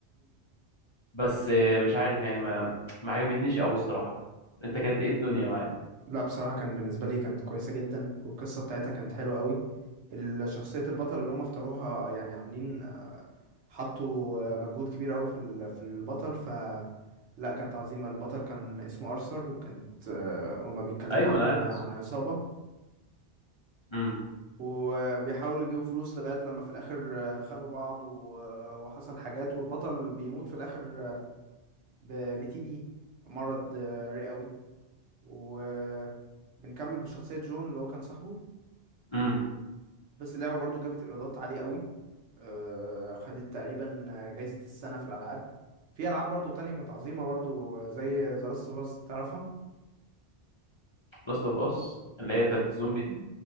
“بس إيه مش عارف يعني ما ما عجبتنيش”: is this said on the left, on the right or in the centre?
Left